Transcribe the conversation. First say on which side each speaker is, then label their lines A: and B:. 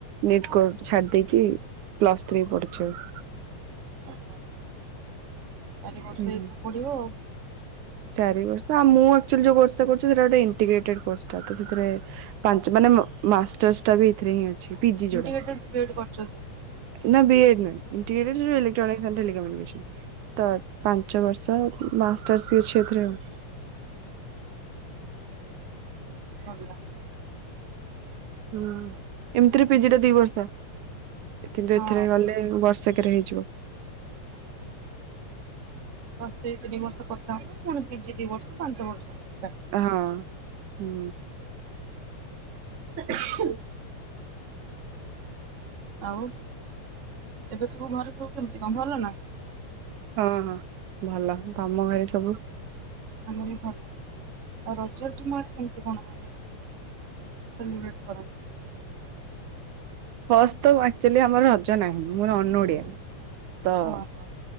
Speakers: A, on the right; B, on the right.
A: ନିଟ୍ କୋ ଛାଡି ଦେଇେକି ପ୍ଲସ୍ ଥ୍ରୀ ପଢୁଛି ଏବେ।
B: ଓ ହ ଚାରି ବର୍ଷ
A: ହୁଁ
B: ଏଇନେ ପଢ଼ିବ ଆଉ।
A: ଚାରି ବର୍ଷ ଆଉ ମୁଁ ଏକ୍ଚୁଲି ଯୋ କୋର୍ସଟା କରୁଛି ସେଡ଼ା ଗୋଟେ ଏଣ୍ଟିଗ୍ରେଟ୍ କୋର୍ସଟା ତ ସେଥିରେ ପାଞ୍ଚ ମାନେ ମାଷ୍ଟର୍ସ ଟା ବି ଏଥିରେ ହିଁ ଅଛି। ପିଜି ଯୋଉଟା
B: ଇଣ୍ଟିଗ୍ରେଟ୍ଡ ବିଏଡ୍‌ କରିଚନ୍ତି।
A: ନା ବିଏଡ୍‌ ନାହିଁ, <unintelligible> ଲିଟର୍ଟର <unintelligible> ପାଞ୍ଚ ବର୍ଷ ମାଷ୍ଟର୍ସ ଏଫେ ଏମ୍
B: <unintelligible>
A: ହୁଁ ଏମିତିରେ ପିଜି ଟା ଦି ବର୍ଷ କିନ୍ତୁ
B: ହଁ
A: ଏଥରେ ଗଲେ ଏଇ ବର୍ଷକରେ ହେଇଯିବ।
B: ପ୍ଲସ୍‌ ଥ୍ରୀ ତିନି
A: ହଁ
B: ବର୍ଷ କରି ଥାନ୍ତୁ। ପୁଣି ପିଜି ଦି ବର୍ଷ ପାଞ୍ଚ ବର୍ଷ। ଏକା।
A: ହଁ ହୁଁ।
B: <unintelligible> ଆଉ ଏବେ ସବୁ <unintelligible> କେମିତି ଗନ୍ଧ <unintelligible> ନା।
A: ହଁ ହଁ ଭଲ ତମ ଘରେ ସବୁ
B: ଆମରି ଭଲ, ଆଉ ରଜ ତୁମର କେମତି କଣ <unintelligible> ସେଲିବେଟ କର?
A: ଫଷ୍ଟ ତ ଆଚୁଆଲି ଆମର ରଜ ନାହିଁ, ମୁଁ ଅନ ଓଡିଆ ତ
B: ହଁ ହଁ